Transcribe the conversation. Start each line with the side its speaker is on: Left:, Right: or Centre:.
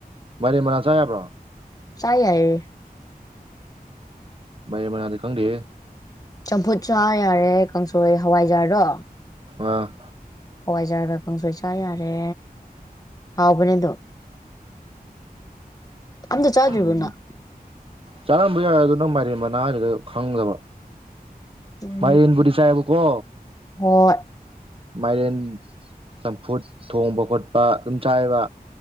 Right: ꯃꯔꯦꯟ ꯃꯅꯥ ꯆꯥ ꯌꯥꯕ꯭ꯔꯣ
Left: ꯆꯥ ꯌꯥꯌꯦ
Right: ꯃꯥꯏꯔꯦꯟ ꯃꯅꯥꯗꯤ ꯈꯪꯗꯦ
Left: ꯆꯝꯐꯨꯠꯁꯨ ꯌꯥꯔꯦ ꯀꯥꯡꯁꯣꯏ ꯍꯋꯥꯏꯖꯥꯗꯣ
Right: ꯑ
Left: ꯍꯋꯥꯏꯖꯥꯔꯒ ꯀꯥꯡꯁꯣꯏ ꯆꯥ ꯌꯥꯔꯦ ꯍꯥꯎꯕꯅꯦꯗꯣ ꯑꯝꯇ ꯆꯥꯗ꯭ꯔꯤꯕꯣ
Right: ꯎꯝ
Left: ꯅꯪ
Right: ꯆꯥꯔꯝꯕ ꯌꯥꯏ ꯑꯗꯨ ꯅꯪ ꯃꯥꯏꯔꯦꯟ ꯃꯅꯥꯗꯨꯗ ꯈꯪꯗꯕ
Left: ꯎꯝ
Right: ꯥꯃꯥꯏꯔꯦꯟꯕꯨꯗꯤ ꯆꯥꯏꯕ ꯀꯣ
Left: ꯍꯣꯏ
Right: ꯃꯥꯏꯔꯦꯟ ꯆꯝꯐꯨꯠ ꯊꯣꯡꯕ ꯈꯣꯠꯄ ꯑꯗꯨꯝ ꯆꯥꯏꯕ